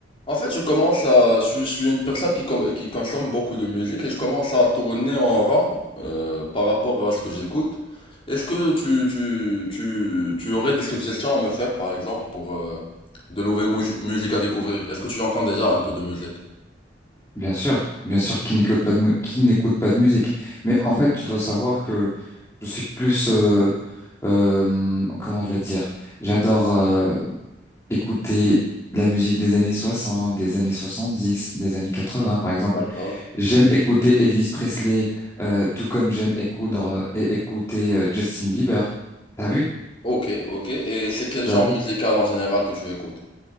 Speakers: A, on the left; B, on the left.
A: En fait, je commence à, je suis, je suis une personne qui, com- qui consomme beaucoup de musique et je commence à tourner en rang euh, par rapport à ce que j'écoute. Est-ce que tu, tu, tu, tu aurais des suggestions à me faire, par exemple, pour euh, de nouvelles musi- musiques à découvrir? Est-ce que tu entends déjà un peu de musique?
B: Bien sûr, bien sûr qu'il n'écoute pas de, mu- qu'il n'écoute pas de musique. Mais en fait, tu dois savoir que je suis plus, euh, euh, comment je vais te dire, j'adore euh, écouter la musique des années 60, des années 70, des années 80, par exemple.
A: D'accord.
B: J'aime écouter Elvis Presley, euh, tout comme j'aime écoudre- et écouter euh, Justin Bieber. T'as vu?
A: Ok, ok. Et c'est quel
B: T'as
A: genre
B: vu?
A: musical en général que tu écoutes?